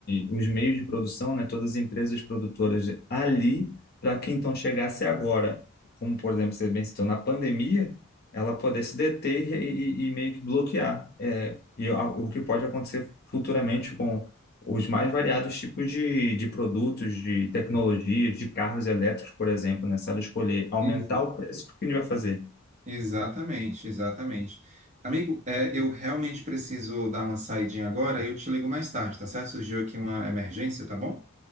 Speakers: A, on the left; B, on the right.
A: os meios de produção, né, todas as empresas produtoras ali, para que então chegasse agora, como por exemplo você bem citou, na pandemia, ela poder se deter e, e- e meio que bloquear é, e a- o que pode acontecer futuramente com os mais variados tipos de, de produtos, de tecnologias, de carros elétricos, por exemplo, né? Se ela escolher aumentar
B: Ex-
A: o preço, o que a gente vai fazer?
B: Exatamente, exatamente. Amigo, é, eu realmente preciso dar uma saidinha agora e eu te ligo mais tarde, tá certo? Surgiu aqui uma emergência, tá bom?